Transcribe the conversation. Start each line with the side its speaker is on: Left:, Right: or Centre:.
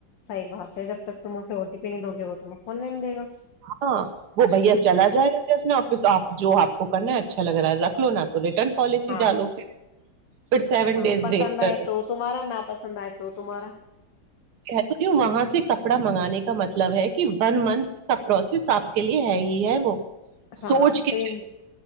Left: صحیح بات ہے جب تک تم اسے او ٹی پی نہیں دو گے وہ تمہیں کھولنے نہیں دے گا
Right: ہاں وہ بھیا
Left: ہوں
Right: چلا جائے گا ج اس نے پھر تو آپ جو آپ کرنا اچھا لگ رہا ہے ر نہ تو ریٹرن کالج ہی
Left: ہاں
Right: ڈالو پھر پھر سیون
Left: ہاں
Right: ڈیز
Left: پسند
Right: ویٹ کرو
Left: آئے تو تمہارا نا پسند آئے تو تمہارا
Right: کہتی ہوں وہاں سے کپڑا منگانے کا مطلب ہے کہ ون منتھ کا پروسیس آپ کے لیے ہے ہی ہے وہ
Left: ہاں
Right: سوچ کے
Left: پھر
Right: چ